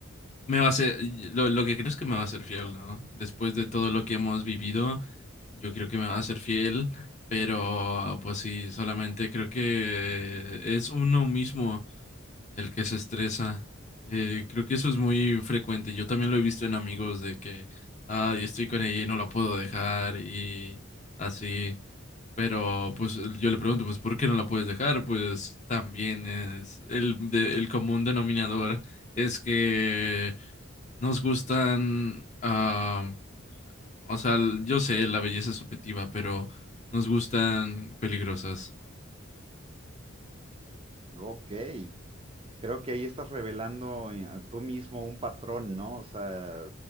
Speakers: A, on the left (about 35°); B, on the right (about 25°).
A: me va a ser lo, lo que creo es que me va a ser fiel, ¿no? Después de todo lo que hemos vivido, yo creo que me va a ser fiel, pero pues sí, solamente creo que es uno mismo el que se estresa. Eh, creo que eso es muy frecuente. Yo también lo he visto en amigos de que, ah, yo estoy con ella y no la puedo dejar y así. Pero pues yo le pregunto, pues, ¿por qué no la puedes dejar? Pues también es el, de- el común denominador es que nos gustan, ah, o sea, yo sé, la belleza es subjetiva, pero nos gustan peligrosas.
B: Ok, creo que ahí estás revelando eh, tú mismo un patrón, ¿no? O sea,